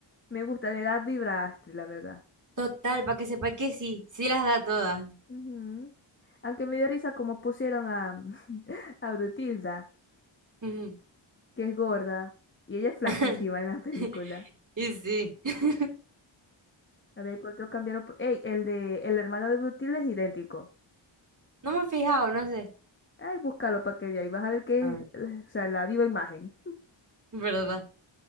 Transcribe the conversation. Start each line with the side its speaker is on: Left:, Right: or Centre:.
Left: Me gusta, me da vibra a Astrid, la verdad.
Right: Total, para que sepa que sí, sí las da todas.
Left: Ujú. Aunque me dio risa como pusieron a, <laughs> a Brutilda,
Right: Ujú.
Left: que es gorda, y ella es flaquísima
Right: <laughs>
Left: en la película.
Right: Y sí. <laughs>
Left: A ver, ¿cuánto cambiaron? por- Ey, el de el hermano de Brutilda es idéntico.
Right: No me he fijado, no sé.
Left: Ay, búscalo para que veas. Y vas a ver que
Right: A
Left: es,
Right: ver,
Left: eh, o sea, la viva imagen.
Right: ¿verdad?